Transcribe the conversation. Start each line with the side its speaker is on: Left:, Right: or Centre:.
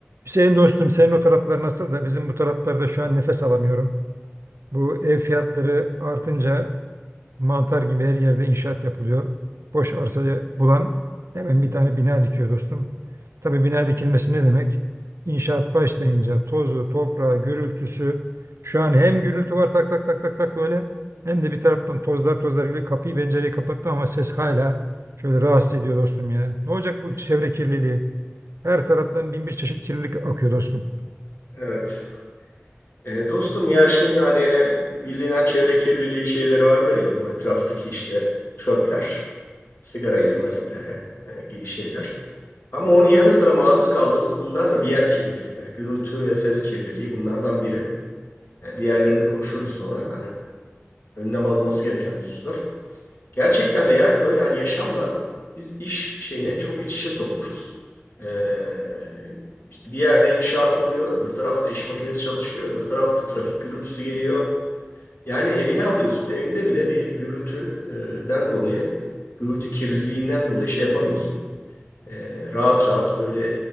Right: Hüseyin dostum senin o taraflar nasıl da bizim bu taraflarda şu an nefes alamıyorum. Bu ev fiyatları artınca mantar gibi her yerde inşaat yapılıyor. Boş arsayı bulan hemen bir tane bina dikiyor dostum. Tabii bina dikilmesi ne demek? İnşaat başlayınca tozu, toprağı, gürültüsü. Şu an hem gürültü var tak tak tak tak tak böyle hem de bir taraftan tozlar tozlar gibi kapıyı pencereyi kapattım ama ses hala şöyle rahatsız ediyor dostum ya. Ne olacak bu çevre kirliliği? Her taraftan bin bir çeşit kirlilik akıyor dostum.
Left: Evet. E, dostum ya şimdi hani bilinen çevre kirliliği şeyleri vardır ya bu etraftaki işte çöpler, sigara izmaritleri e, gibi şeyler. Ama onun yanı sıra maruz kaldığımız bunlar da diğer kirlilikler. Gürültü ve ses kirliliği bunlardan biri. E, diğerlerini de konuşuruz sonra. Hani önlem alınması gereken hususlar. Gerçekten de yani böyle hani yaşamla biz iş şeyini çok iç içe sokmuşuz. Ee, işte bir yerde inşaat oluyor, öbür tarafta iş makinesi çalışıyor, öbür tarafta trafik gürültüsü geliyor. Yani evini alıyorsun, evinde bile bir gürültüden dolayı, gürültü kirliliğinden dolayı şey yapamıyorsun. Ee, rahat rahat böyle